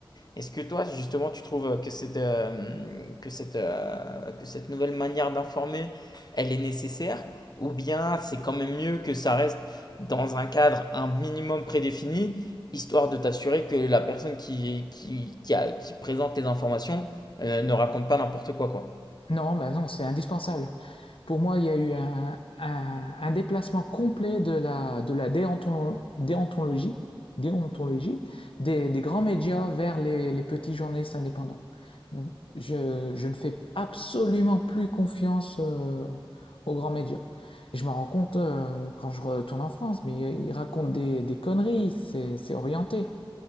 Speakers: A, on the left (about 50°); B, on the left (about 75°).
A: Est-ce que toi, justement, tu trouves que cette, euh, que cette, euh, que cette nouvelle manière d'informer, elle est nécessaire? Ou bien c'est quand même mieux que ça reste dans un cadre un minimum prédéfini, histoire de t'assurer que la personne qui, qui, qui, a- qui présente les informations, euh, ne raconte pas n'importe quoi, quoi.
B: Non, bah non, c'est indispensable. Pour moi, il y a eu un, un- un déplacement complet de la, de la déontolo- déontologie, déontologie des, des grands médias vers les, les petits journalistes indépendants. Je, je ne fais absolument plus confiance euh, aux grands médias. Et je me rends compte euh, quand je retourne en France, mais ils racontent des, des conneries, c'est c'est orienté.